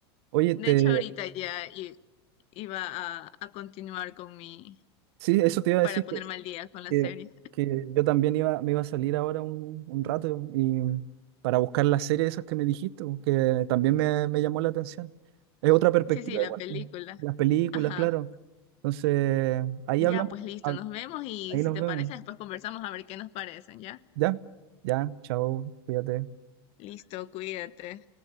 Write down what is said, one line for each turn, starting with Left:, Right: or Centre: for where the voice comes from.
Right: Oye, te,
Left: De hecho, ahorita ya i- iba a, a continuar con mi,
Right: sí, eso te iba a
Left: para
Right: decir,
Left: ponerme al día con la
Right: que,
Left: serie.
Right: que yo también iba, me iba a salir ahora un, un rato y para buscar las series esas que me dijiste, po, que también me, me llamó la atención. Es otra perspectiva
Left: Sí, sí, la
Right: igual,
Left: película.
Right: pues, las películas,
Left: Ajá.
Right: claro. Entonces, ahí
Left: Ya,
Right: hablamos,
Left: pues listo,
Right: hab-
Left: nos vemos y
Right: ahí
Left: si
Right: nos
Left: te
Right: vemos.
Left: parece, después conversamos a ver qué nos parecen, ¿ya?
Right: Ya, ya, chao, cuídate.
Left: Listo, cuídate.